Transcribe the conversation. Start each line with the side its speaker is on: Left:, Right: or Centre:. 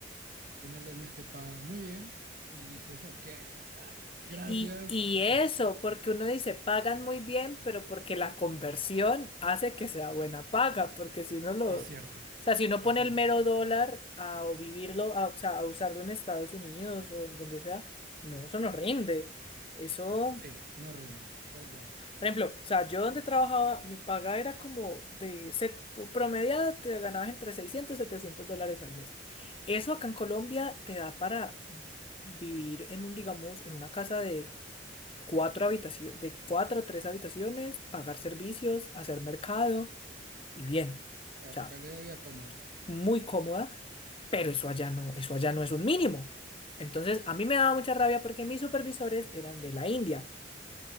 Right: al final del mes te pagan muy bien y dices, ok, o sea, gracias.
Left: Y, y
Right: <laughs>
Left: eso, porque uno dice, pagan muy bien, pero porque la conversión hace que sea buena paga, porque si uno lo,
Right: Es cierto,
Left: o sea, si uno
Right: es
Left: pone
Right: cierto.
Left: el mero dólar a o vivirlo, a, o sea, a usarlo en Estados Unidos o en donde sea, no, eso no rinde. Eso
Right: Sí, no rinde, tal cual.
Left: Por ejemplo, o sea, yo donde trabajaba, mi paga era como de set, promediada, te ganabas entre 600 y 700 dólares al mes. Eso acá en Colombia te da para vivir en un, digamos, en una casa de cuatro habitaciones, de cuatro o tres habitaciones, pagar servicios, hacer mercado y bien.
Right: Claro,
Left: O sea,
Right: calidad de vida cómoda.
Left: muy cómoda, pero eso allá no, eso allá no es un mínimo. Entonces, a mí me daba mucha rabia porque mis supervisores eran de la India.